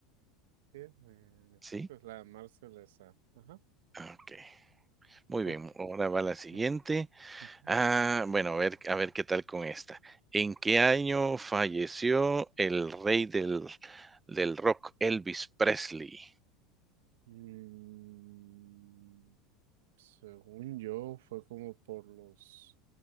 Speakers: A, on the right; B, on the right.
A: Sí, eh, en efecto
B: ¿sí?
A: es la Marsellesa. Ajá.
B: Ah, okey. Muy
A: Ok.
B: bien, ahora va la siguiente.
A: ok, ok. Ujú.
B: Ah, bueno, a ver, a ver qué tal con esta. ¿En qué año falleció el rey del, del rock, Elvis Presley?
A: Mm, Según yo, fue como por los,